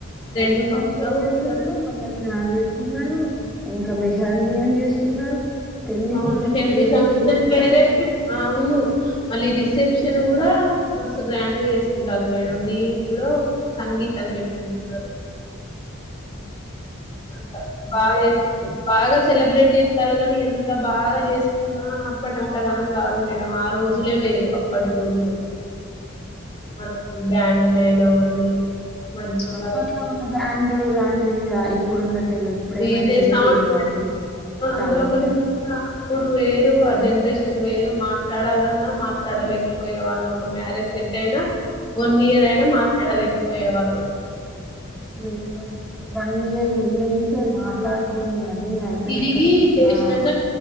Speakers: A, on the left; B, in the centre.
A: ట్రెండ్
B: హల్దీ ఫంక్షన్
A: మొత్తం
B: చేస్తున్నారు
A: అసలు
B: మంగళ స్నాం చేస్తున్నారు స్తున్నారు ఇంకా మెహందీ అని చేస్తున్నారు పెళ్ళికి
A: అవును
B: ముందు
A: mehndi
B: pre
A: function
B: wedding shoot
A: వేరే
B: అని
A: అవును మళ్ళీ రిసెప్షన్
B: ఇన్ని చేస్తున్నారు
A: కూడా మస్తు గ్రాండ్ గా చేసుకుంటారు మేడం దీనికి కూడా ఒక సంగీతం పెట్టుకుంటున్నారు
B: ఆ హూ హుం <unintelligible>
A: అట్లా బాగా చేస్త బాగా సెలబ్రేట్ చేస్తారు కాని ఎంత బాగా చేసుకున్నా అప్పటి అంత ఘనం కాదు మేడం ఆ రోజులే వేరు అప్పటి రోజులు
B: ఆ
A: మనకు బ్యాండ్ మేళం అని మంచిగా
B: హ్మ్ అప్పట్లో ఉన్న బ్యాండ్ లాంటివిగా ఇప్పుడున్నట్ లేవు ఇప్పుడు
A: డీజే
B: ఏమైనా డీజేలు
A: సౌండ్
B: అవి సౌండ్స్
A: అందులో ఒకటి
B: సే
A: అప్పుడు వేరు ఆ జనరేషన్ వేరు మాట్లాడాలన్నా మాట్లాడలేకపోయే వాళ్ళం ఒక మ్యారేజ్ సెట్ అయినా వన్ ఇయర్ అయినా మాట్లాడలేకపోయే వాళ్ళం
B: అవును ఇప్పుడేమో ఫ వన్ ఇయర్ ముందు నుంచే మాట్లాడుకొని అన్ నేను అయ్పోయినంక
A: తిరిగి చేసినాక
B: ఆ